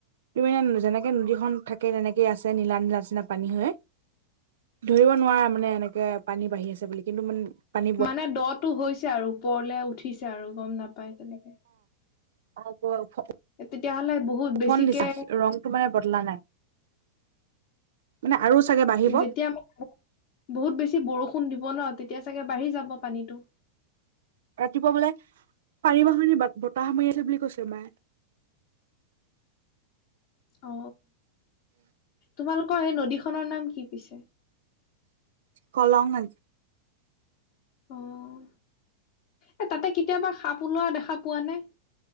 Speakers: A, on the right; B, on the left.
A: তুমি যেনেকে নদীখন থাকে তেনেকে আছে, নীলা নীলা নিচিনা পানী হৈ ধৰিব নোৱাৰা মানে এনেকে পানী বাঢ়ি আছে বুলি কিন্তু মানে পানী
B: মানে দ টো হৈছে আৰু। ওপৰলে উঠিছে আৰু গম নাপাই তেনেকে।
A: <inaudible>
B: তেতিয়াহ'লে বহুত
A: উফন্দিছে,
B: বেছিকে
A: ৰংটো মানে বদলা নাই। মানে আৰু চাগে বাঢ়িব
B: যেতিয়া আম বহুত বেছি বৰষুণ ষুণ ন তেতিয়া চাগে বাঢ়ি যাব পানীটো।
A: <unintelligible> বলে পানী মাত শুনি বতাহ মাৰি আছে বুলি কৈছে মায়ে।
B: অ তোমালোকৰ এই নদীখনৰ নাম কি পিছে?
A: কলং। <unintelligible>
B: অ', এ তাতে কেতিয়াবা সাপ ওলোৱা দেখা পোৱা নে?